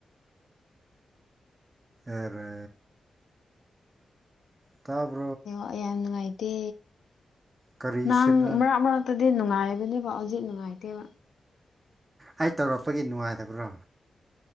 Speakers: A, on the right; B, on the left.
A: ꯑꯦꯔ ꯇꯥꯕ
B: ꯑꯦ ꯌꯥꯝ ꯅꯨꯡꯉꯥꯏꯇꯦ
A: ꯀꯔꯤ
B: ꯅꯪ
A: ꯁꯤꯝꯅꯣ
B: ꯃꯔꯛ ꯃꯔꯥꯛꯛꯇꯗꯤ ꯑꯗꯨ ꯅꯨꯡꯉꯥꯏꯕꯅꯦꯕꯣ ꯍꯧꯖꯤꯛ ꯅꯨꯡꯉꯥꯏꯇꯦꯕ
A: ꯑꯩ ꯇꯧꯔꯛꯄꯒꯤ ꯅꯨꯡꯉꯥꯏꯗꯕ꯭ꯔꯣ